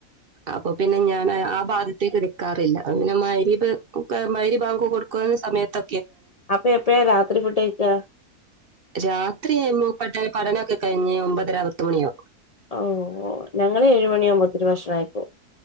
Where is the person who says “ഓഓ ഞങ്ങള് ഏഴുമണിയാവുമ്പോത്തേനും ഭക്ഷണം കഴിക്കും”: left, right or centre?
Left